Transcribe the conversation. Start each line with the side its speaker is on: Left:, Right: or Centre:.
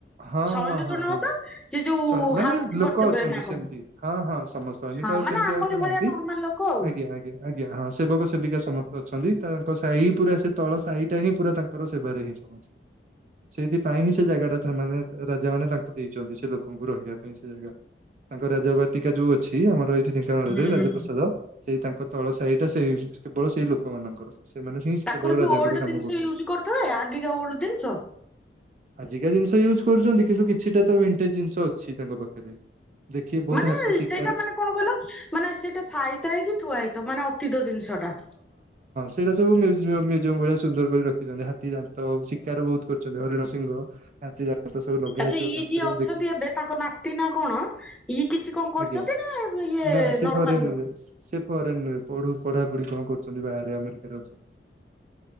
Right: ହଁ
Centre: ସୈନିକ
Right: ହଁ ହଁ
Centre: ନୁହଁ
Right: ହଁ
Centre: ତ ସେ ଯୋଉ
Right: ସନ୍ ମାନେ
Centre: ହାଉସ କିପର
Right: ଲୋକ
Centre: ଥିବେ
Right: ଅଛନ୍ତି
Centre: ନା କଣ?
Right: ସେମିତି ହଁ ହଁ ସମତ୍ ସୈନିକ
Centre: ହଁ
Right: ଆଉ
Centre: ମାନେ
Right: ସେମିତି
Centre: ଆମରି
Right: ଆଉ ତ ନାହାନ୍ତି
Centre: ଭଳିଆ ନର୍ମାଲ ଲୋକ ଆଉ ହୁଁ
Right: ଆଜ୍ଞା। ଆଜ୍ଞା ଆଜ୍ଞା ହଁ ସେବକ ସେବିକା ସମସ୍ତେ ଅଛନ୍ତି ତାଙ୍କ ସାହି ପୁରା ସେ ତଳ ସାହି ଟା ହିଁ ପୁରା ତାଙ୍କର ସେବା ହଁ ସମେ ସେଇଥିପାଇଁ ହିଁ ସେ ଜାଗା ଟା ମାନେ ରାଜା ମାନେ ତାଙ୍କୁ ଦେଇଛନ୍ତି ସେ ଲୋକଙ୍କୁ ରହିବା ପାଇଁ ସେ ଜାଗା ତାଙ୍କ ରାଜା ବାଟିକା ଯୋଉ ଅଛି ଆମର ଏ ଢେଙ୍କାନାଳରେ
Centre: ହୁଁ।
Right: ରାଜପ୍ରସାଦ ସେଇ ତାଙ୍କ ତଳ ସାହି ଟା ସେଇ କେବଳ ସେଇ ଲୋକମାନଙ୍କର। ସେମାନେ ହିଁ <unintelligible>
Centre: ତାଙ୍କର
Right: କେବଳ
Centre: ବି
Right: ରାଜାଙ୍କର
Centre: ଓଲ୍ଡ
Right: କାମ
Centre: ଜିନିଷ
Right: କରୁଛନ୍ତି
Centre: ୟୁଜ କରୁଥିବେ ଆଗିକା ଓଲ୍ଡ ଜିନିଷ
Right: ଆଜି ଏ ଜିନିଷ ୟୁଜ କରୁଛନ୍ତି କିନ୍ତୁ କିଛିଟା ତ ଭେଣ୍ଟେଜ ଜିନିଷ ଅଛି ତାଙ୍କ ପାଖରେ ଦେଖି ବହୁତ
Centre: ମାନେ
Right: ହାତୀ ଶକ୍
Centre: ସେଇଟା ମାନେ କଣ କଲ ମାନେ ସେଇଟା ସାଇତା ହେଇକି ଥୁଆ ହେଇଥବ ମାନେ ଅତୀତ ଜିନିଷ ଟା।
Right: ସେଇଡା ସବୁ ମିଉଜିୟମ ଭଳିଆ ସୁନ୍ଦର କରି ରଖିଛନ୍ତି ହାତୀ ଦାନ୍ତ ଶିକାର ବହୁତ କରୁଛନ୍ତି ହରିଣ ସିଂହ ହାତି ଦାନ୍ତ ସବୁ ଲଗା
Centre: ଆଚ୍ଛା
Right: ହେଇଥିବ
Centre: ଇଏ
Right: କାନ୍ଥରେ
Centre: ଯିଏ ଅଛନ୍ତି
Right: ମୁଁ ଦେଖେ
Centre: ଏବେ ତାଙ୍କ ନାତି ନା କଣ ଇଏ କିଛି କଣ କରୁ
Right: ଆଜ୍ଞା।
Centre: ଅଛନ୍ତି ନା ଇଏ
Right: ନା ସେ
Centre: ନର୍ମାଲ
Right: ଫରେନରେ
Centre: ଲୋକ
Right: <unintelligible> ପଢାପଢି କଣ କରୁଛନ୍ତି ବାହାରେ ଆମେରିକରେ ଅଛନ୍ତି